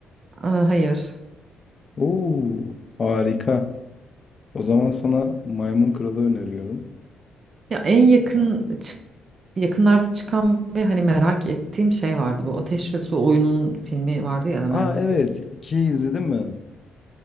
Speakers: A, on the right; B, on the left.
A: Ee, hayır.
B: Oo, harika. O zaman sana Maymun Kral'ı öneriyorum.
A: Ya en yakın
B: Ee,
A: çık- yakınlarda çıkan ve hani merak ettiğim şey vardı. Bu Ateş ve Su oyunun filmi vardı ya Elemental.
B: Aa evet, ikiyi izledim mi?